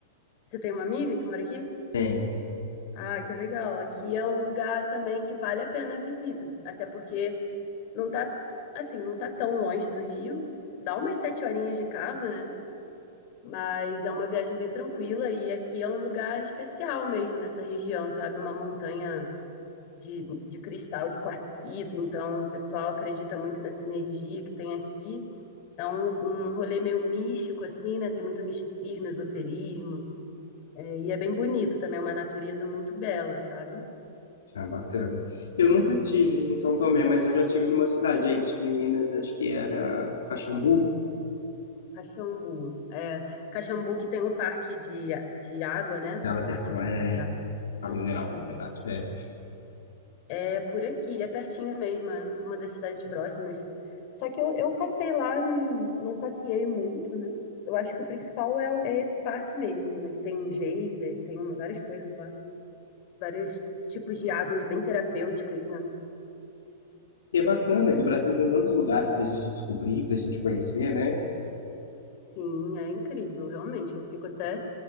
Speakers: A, on the left; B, on the left.
A: você tem uma amiga que mora aqui?
B: Tem.
A: Ah, que legal. Aqui é um lugar também que vale a pena visitas, até porque não tá, assim, não tá tão longe do Rio, dá umas sete horinhas de carro, né? Mas é uma viagem bem tranquila e aqui é um lugar especial mesmo nessa região, sabe? Uma montanha de, de cristal, de quartzito, então o pessoal acredita muito nessa energia que tem aqui. É um, um rolê meio místico, assim, né? Tem muito misticismo, esoterismo. É, e é bem bonito também, é uma natureza muito bela, sabe?
B: Ah, bacana. Eu nunca tive em São Tomé, mas eu já tive numa cidade aí do sul de Minas, acho que era Caxambu.
A: Caxambu. É, Caxambu que tem um parque de, de água, né?
B: Ela tem
A: Parque
B: uma,
A: hidromineral.
B: é, água mineral,
A: Uhum.
B: na verdade. É.
A: É por aqui, é pertinho mesmo, é uma das cidades próximas. Só que eu, eu passei lá, não, não passeei muito, né? Eu acho que o principal é, o- é esse parque mesmo, né? Que tem um geyser, tem uma- várias coisas lá, vários tipos de águas bem terapêuticas, né?
B: E é bacana que o Brasil tem tantos lugares pra gente descobrir, pra gente conhecer, né?
A: Sim, é incrível, realmente. Eu fico até.